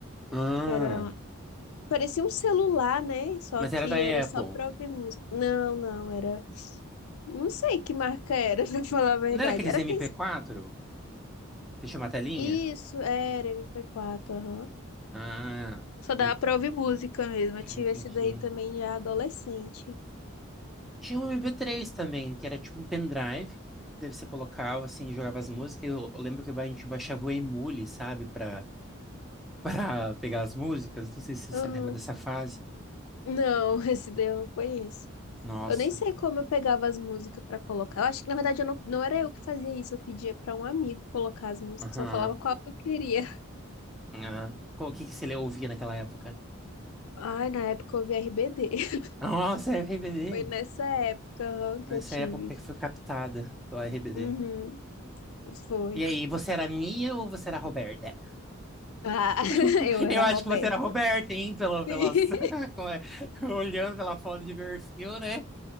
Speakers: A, in the centre; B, on the left.
A: Ah,
B: que era, parecia um celular, né? Só
A: Mas
B: que
A: era da
B: era só
A: Apple.
B: pra ouvir música. Não, não, era, não sei que marca era, <laughs> pra falar a verdade.
A: Não era aqueles
B: Era
A: MP4?
B: aqueles,
A: Você chama a telinha?
B: isso, era MP4, aham.
A: Ah,
B: Só dava
A: eu
B: pra ouvir música mesmo,
A: ah,
B: eu tive
A: entendi.
B: esse daí também já adolescente.
A: Tinha um MP3 também, que era tipo um pendrive. Daí você colocava, assim, jogava as músicas. Eu, eu lembro que a gente baixava o Emule, sabe? Pra, <laughs> pra pegar as músicas. Não sei se
B: Aham.
A: você lembra dessa fase.
B: Não, <laughs> esse daí eu não conheço.
A: Nossa.
B: Eu nem sei como eu pegava as músicas pra colocar. Eu acho que, na verdade, eu não, não era eu que fazia isso. Eu pedia pra um amigo colocar as músicas.
A: Aham.
B: Só falava qual que eu queria. <laughs>
A: Aham. Qual- O que que você ouvia naquela época?
B: Ai, na época eu ouvia RBD. <laughs>
A: Nossa, RBD.
B: Foi nessa época, aham,
A: Nessa
B: que eu tive.
A: época que foi captada pelo RBD.
B: Uhum, foi.
A: E aí, você era a Nia ou você era a Roberta?
B: Ah, <laughs>
A: <laughs>
B: eu era
A: Eu acho
B: a Roberta.
A: que você era a Roberta, hein? Pelo, pelas,
B: Sim.
A: <laughs> como é? Olhando pela foto de perfil, né?